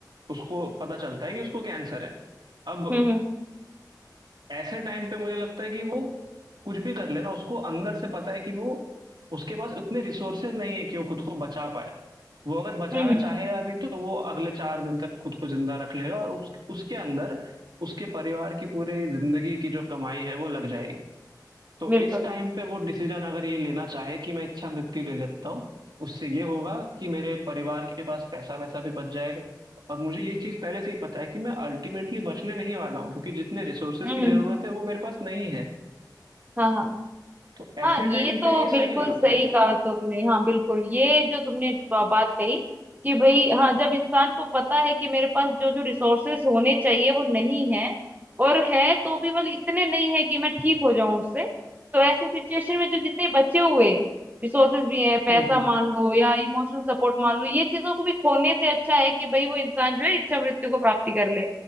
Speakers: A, on the right; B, on the right.
A: उसको पता चलता है कि उसको कैंसर है अब
B: हम्म
A: ऐसे टाइम पे मुझे लगता है कि वो कुछ भी कर लेना उसको अंदर से पता है कि वो उसके पास उतने रिसोर्सेज नहीं है कि वो खुद को बचा पाए वो अगर बचाना
B: हम्म हम्म,
A: चाहेगा भी तो वो अगले चार दिन तक खुद को जिंदा रख लेगा और उस, उसके अंदर उसके परिवार की पूरी जिंदगी की जो कमाई है वो लग जाएगी तो
B: बिल्कुल
A: इस टाइम पे वो डिसीजन अगर ये लेना चाहे कि मैं इच्छा मृत्यु ले लेता हूँ उससे ये होगा कि मेरे परिवार के पास पैसा वैसा भी बच जाएगा और मुझे ये चीज पहले से ही पता है कि मैं अल्टीमेटली बचने नहीं वाला हूँ क्योंकि जितने रिसोर्सेज
B: हम्म
A: की जरूरत
B: हम्म,
A: है वो मेरे पास नहीं है
B: हाँ हाँ
A: तो ऐसे
B: हाँ ये
A: टाइम
B: तो
A: पे ये
B: बिल्कुल
A: सही लगता
B: सही
A: है
B: कहा तुमने हाँ बिल्कुल ये जो तुमने बा- बात कही कि भाई हाँ जब इंसान को पता है कि मेरे पास जो जो रिसोर्सेस होने चाहिए वो नहीं है और है तो भी मतलब इतने नहीं है कि मैं ठीक हो जाऊं उससे तो ऐसे सिचुएशन में जो जितने बचे हुए रिसोर्सेज भी हैं पैसा
A: हम्म हम्म
B: मान लो या इमोशनल सपोर्ट मान लो ये चीजों को भी खोने से अच्छा है कि भाई वो इंसान जो है इच्छा मृत्यु को प्राप्ति कर ले